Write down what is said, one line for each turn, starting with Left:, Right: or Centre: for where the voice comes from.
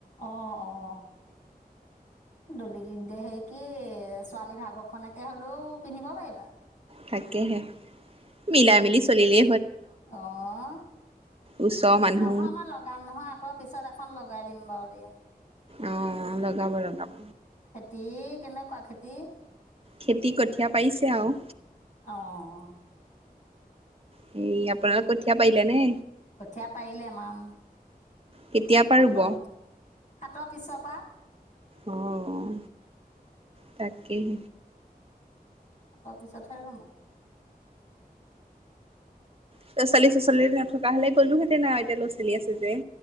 Left: অঁ-অঁ দলি হে কি ছোৱালী ভাগৰ খকে হলেও পিন্ধিব পাৰিবা।
Right: তাকেহে মিলা মিলি চলিলে
Left: অঁ
Right: ওচৰৰ মানুহ
Left: নহয় মই লগাম নহয় আকৌ, পিছত এখন লগাই দিম বাৰু য়া <unintelligible>
Right: অঁ লগাব লগাব।
Left: খেতি কেনেকুৱা, খেতি?
Right: খেতি কঠীয়া পাৰিছে আৰু।
Left: অ'
Right: সে আপোনাৰ কঠীয়া পায়িলে নে?
Left: কঠীয়া পাৰিলে মাম,
Right: কেতিয়া পৰা
Left: সাতৰ,
Right: ৰুব
Left: সাতৰ পিছৰ পৰা।
Right: অঁ তাকেই।
Left: তৰ পিছতহে ৰৰুমো।
Right: ত'ৰাোৱাল্িছ চ চাল্লি নথকা হলে গ'লো হেতে না এতিয়া ল'ৰা ছোৱালী আছে যে।